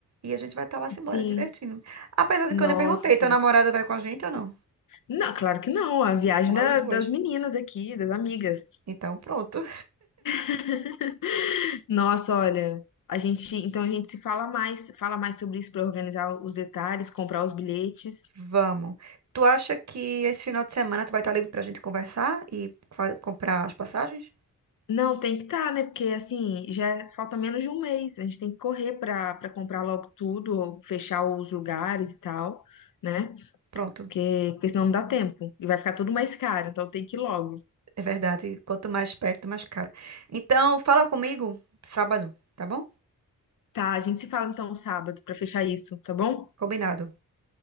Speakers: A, on the right (about 50°); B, on the left (about 65°).
A: E a gente vai estar lá se
B: <laughs>
A: embora,
B: Sim.
A: divertindo. Apesar de
B: Nossa.
A: que eu nem perguntei, teu namorado vai com a gente ou não?
B: Não, claro que não. A viagem
A: Só nós
B: da-
A: duas.
B: das meninas aqui, das amigas.
A: Então, pronto.
B: <laughs> Nossa, olha. A gente, então a gente se fala mais, fala mais sobre isso para organizar os detalhes, comprar os bilhetes.
A: Vamos. Tu acha que esse final de semana tu vai estar livre pra gente conversar e fa- comprar as passagens?
B: Não, tem que estar, né? Porque assim, já falta menos de um mês. A gente tem que correr para para comprar logo tudo, ou fechar os lugares e tal, né?
A: Pronto.
B: Porque, porque senão não dá tempo. E vai ficar tudo mais caro, então tem que ir logo.
A: É verdade. Quanto mais perto, mais caro. Então, fala comigo sábado, tá bom?
B: Tá, a gente se fala então sábado para fechar isso, tá bom?
A: Combinado.